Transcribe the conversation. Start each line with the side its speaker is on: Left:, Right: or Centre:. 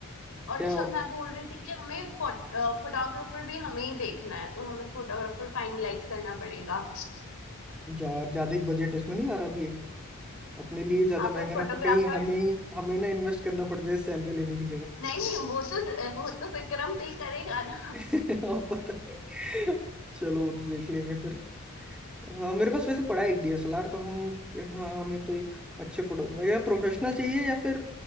Left: और
Centre: क्या
Left: ऋषभ
Centre: और
Left: मैं बोल रही थी कि हमें फोटोग्राफर भी हमें ही देखना है तो हमें फोटोग्राफर फाइनलाइज करना पड़ेगा
Centre: जा- ज्यादा बजट उसमें नहीं आ रहा अभी ये अपने लिए ज्यादा
Left: हाँ पर
Centre: महंगा
Left: फोटोग्राफर
Centre: ना कहीं हमें ही हमें ना इन्वेस्ट करना पड़ जाए सैलरी लेने की
Left: नहीं नहीं वो तो वो तो विक्रम पे ही करेगा ना
Centre: जगह <laughs> और पता नहीं चलो वो तो देख लेंगे फिर हाँ मेरे पास वैसे पड़ा है एक डीएसएलआर तो हम हाँ हमें तो एक अच्छे फोटो या प्रोफेशनल चाहिए या फिर